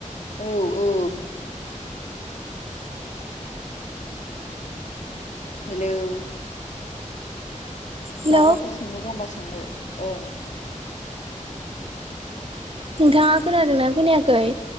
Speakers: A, on the left (about 65°); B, on the right (about 45°).
A: औ औ। हेलौ?
B: हेल'
A: माबाफोर सोंनो दंबा सोंनो अ
B: नोंथाङा खोनादोंना खोनायाखै?